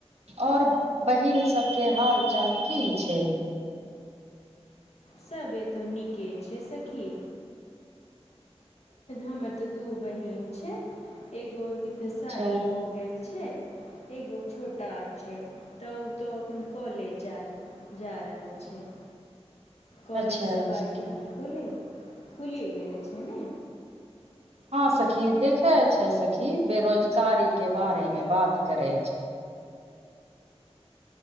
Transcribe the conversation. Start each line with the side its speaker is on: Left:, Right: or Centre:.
Right: और बहिन सब के हाल चाल की छैय।
Left: सबे तऽ नीके छैय सखी। हमर ते दू बहिन छैय एगो के तऽ
Right: अच्छा
Left: शादी हो गेल छैय एगो छोटा छैय। तऽ ओ तो अपन कॉलेज जा जा रहल छैय। कॉलेज
Right: अच्छा
Left: सब आर
Right: सखी
Left: के खुले खुलि गेले छैय ने।
Right: हँ सखी देखे छैय सखी बेरोजगारी के बारे मे बात करैत